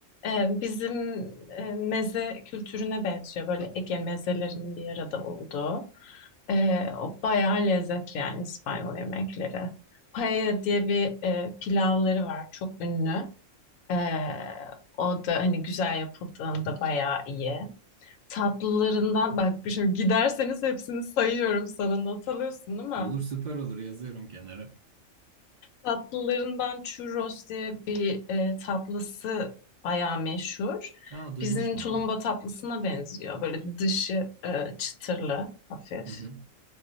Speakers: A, on the left; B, on the right.
A: Ee, Bizim e, meze kültürüne benziyor. Böyle Ege mezelerinin bir arada olduğu. Ee, o bayağı lezzetli yani İspanyol yemekleri. Paella diye bir e, pilavları var. Çok ünlü. Ee, o da hani güzel yapıldığında bayağı iyi. Tatlılarından bak şimdi giderseniz hepsini sayıyorum sana not alıyorsun değil mi?
B: Olur süper olur yazıyorum kenara.
A: Tatlılarından churros diye bir e, tatlısı bayağı meşhur.
B: Aa, duymuştum
A: Bizim tulumba
B: onu.
A: tatlısına benziyor. Böyle dışı e, çıtırlı, hafif.
B: Hı hı.